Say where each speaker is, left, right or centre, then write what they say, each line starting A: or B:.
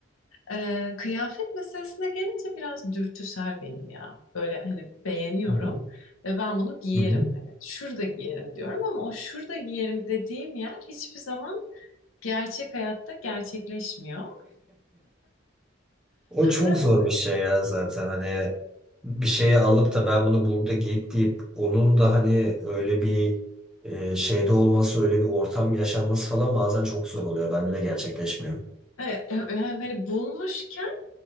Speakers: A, on the left; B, in the centre.
A: E, kıyafet meselesine gelince biraz dürtüsel benim ya. Böyle hani beğeniyorum
B: Hı
A: ve ben bunu giyerim
B: hı.
A: hani şurada giyerim diyorum ama o şurada giyerim dediğim yer hiçbir zaman gerçek hayatta gerçekleşmiyor.
B: O çok
A: Ben
B: zor
A: de,
B: bir şey ya zaten hani bir şeye alıp da ben bunu burada giyip deyip onun da hani öyle bir e, şeyde olması, öyle bir ortam yaşanması falan bazen çok zor oluyor. Bende de gerçekleşmiyor.
A: e, e, hani bulmuşken